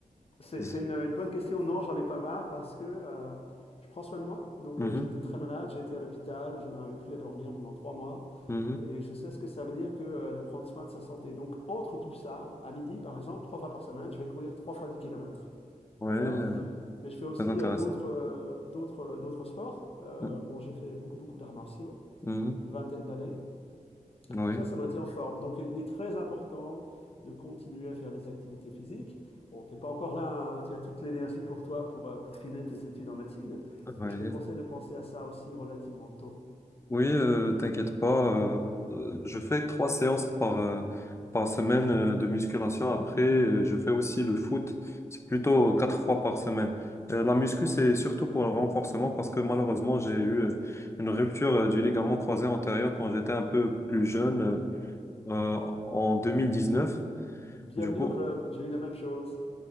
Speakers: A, on the left; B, on the left.
A: C'est
B: z-
A: c'est une, une bonne question. Non, j'en ai pas marre parce que euh, je prends soin de moi. Donc
B: mhm,
A: euh, j'ai très malade, j'étais à l'hôpital, je n'arrivais plus à dormir pendant trois mois.
B: mhm.
A: Et je sais ce que ça veut dire que euh, de prendre soin de sa santé. Donc entre tout ça, à midi par exemple, trois fois par semaine, je vais courir trois fois 10 kilomètres.
B: Ouais,
A: D'accord?
B: euh,
A: Mais je fais aussi
B: très intéressant.
A: euh, d'autres euh, d'autres euh, d'autres sports. Euh,
B: Mhm,
A: bon, j'ai fait beaucoup beaucoup d'arts martiaux,
B: mhm,
A: une vingtaine d'années.
B: Oui,
A: Et tout ça, ça maintient en forme. Donc, euh, il est très important de continuer à faire des activités physiques. Bon, t'es pas encore là, hein, tu as toute l'énergie pour toi pour, euh, pour finir tes études en médecine,
B: oui.
A: mais je te conseille de penser à ça aussi relativement tôt.
B: Oui, euh, t'inquiète pas. euh, euh, je fais trois séances par, euh, par semaine euh, de musculation. Après, euh, je fais aussi le foot. C'est plutôt quatre fois par semaine. Euh, la muscu, c'est surtout pour le renforcement parce que malheureusement, j'ai eu euh, une rupture euh, du ligament croisé antérieur quand j'étais un peu plus jeune, euh, euh, en 2019.
A: Bienvenue
B: Du coup,
A: au club, j'ai eu la même chose.